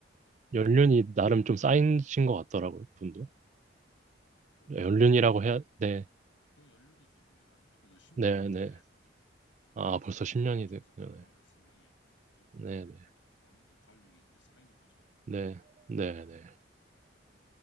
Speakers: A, on the right; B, on the left.
A: 연륜이 나름 좀 쌓이신 것 같더라고요, 그분도.
B: 그렇죠.
A: 연륜이라고
B: 한,
A: 해야, 네,
B: 그 연륜이죠. 그게 한, 그래도 10년
A: 네,
B: 넘게
A: 네.
B: 그,
A: 아, 벌써
B: 그동,
A: 10년이
B: 그쪽에서
A: 됐군요.
B: 활동을 했으니, 그죠?
A: 네, 네,
B: 아무래도 관록이 이제 쌓이는 거죠.
A: 네, 네, 네. 네.